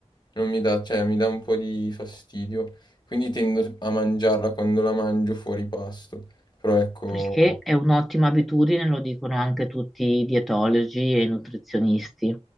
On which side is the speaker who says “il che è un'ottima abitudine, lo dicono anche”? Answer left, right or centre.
Centre